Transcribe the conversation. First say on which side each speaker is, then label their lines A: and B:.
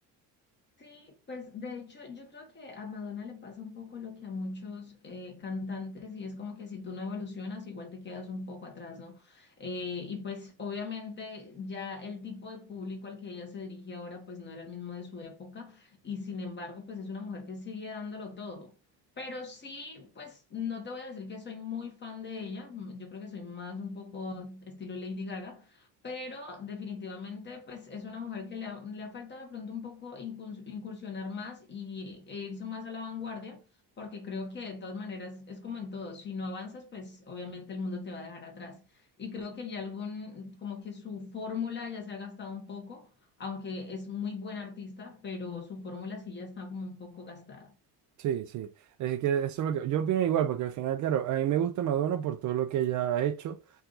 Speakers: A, on the left; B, on the right.
A: Sí, pues de hecho yo creo que a Madonna le pasa un poco lo que a muchos eh, cantantes y es como que si tú no evolucionas igual te quedas un poco atrás, ¿no? Eh, y pues obviamente ya el tipo de público al que ella se dirige ahora pues no era el mismo de su época y sin embargo pues es una mujer que sigue dándolo todo. Pero sí, pues no te voy a decir que soy muy fan de ella, yo creo que soy más un poco estilo Lady Gaga pero definitivamente pues es una mujer que le ha, le ha faltado de pronto un poco incurs- incursionar más y, e irse más a la vanguardia, porque creo que de todas maneras es como en todo, si no avanzas pues obviamente el mundo te va a dejar atrás. Y creo que ya algún, como que su fórmula ya se ha gastado un poco, aunque es muy buena artista, pero su fórmula sí ya está como un poco gastada.
B: Sí, sí. Es que eso es lo que yo opino igual, porque al final, claro, a mí me gusta Madonna por todo lo que ella ha hecho